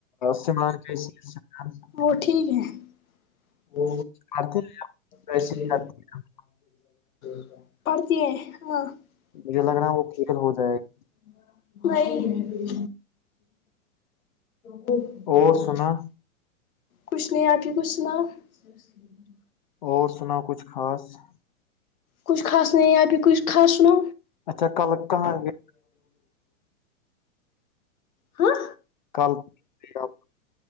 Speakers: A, on the left (about 35°); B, on the left (about 85°).
A: سمران کیسی ہے سمان <unintelligible>
B: وہ ٹھیک ہے <unintelligible> وہ
A: کرتے ہیں ویسے
B: وسے ہی
A: کرتے ہیں
B: <unintelligible> پڑھتیے ہاں <unintelligible>
A: مجھے لگ رہا ہے وہ کلیئر ہو جائے گا
B: نہیں <unintelligible> ب <unintelligible>
A: اور سنا
B: کچھ نہیں آپھی کچھ سناؤ <unintelligible> اس <unintelligible>
A: اور سنا کچھ خاص <unintelligible>
B: کچھ خا نہیں آپ کچھ خا سنا
A: اچھا کل کہاں گئے
B: ہاں
A: کل آپ